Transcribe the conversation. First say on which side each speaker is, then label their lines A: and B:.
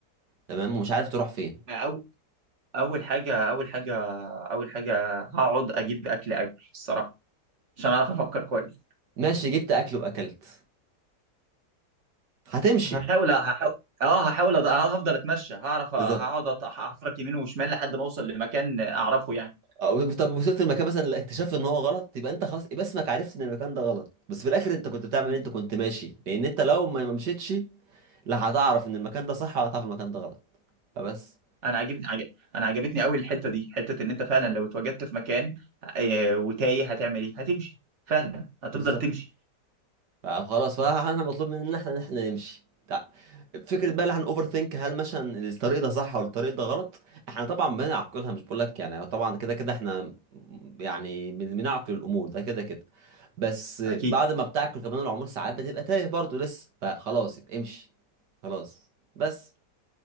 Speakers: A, on the right; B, on the right.
A: تمام ومش عارف تروح فين
B: اول اول حاجه اول حاجه اول حاجه هقعد اجيب اكل اكل الصراحه عشان اعرف افكر كويس
A: ماشي جبت اكل واكلت هتمشي
B: هحاول هحاول اه هحاول أض- اه هفضل اتمشى هعرف أ-
A: بالظبط
B: هقعد أط- هحفرك يمين وشمال لحد ما اوصل لمكان اعرفه يعني
A: أو- طب وصلت المكان مثلا اللي اكتشفت ان هو غلط يبقى انت خلاص يبقى اسمك عرفت ان المكان ده غلط بس في الاخر انت كنت بتعمل
B: مم.
A: إيه؟ انت كنت ماشي لان انت لو ما ما مشيتش لا هتعرف ان المكان ده صح ولا هتعرف المكان ده غلط فبس
B: انا عجبني عجب... انا عجبتني قوي الحته دي حته ان انت فعلا لو اتوجدت في مكان آه، وتايه هتعمل ايه هتمشي فعلا هتفضل
A: بالظبط
B: تمشي
A: فخلاص فاحنا مطلوب مننا احنا ان احنا احنا نمشي تع- فكره بقى اللي احنا اوفر ثينك هل مثلا الطريق ده صح ولا الطريق ده غلط احنا طبعا بنعقلها مش بقول لك يعني طبعا كده كده احنا يعني بن- بنعقل الامور ده كده كده بس بعد
B: اكيد
A: ما بتعقل كمان العمر ساعات بتبقى تايه برضو لسه فخلاص امشي خلاص بس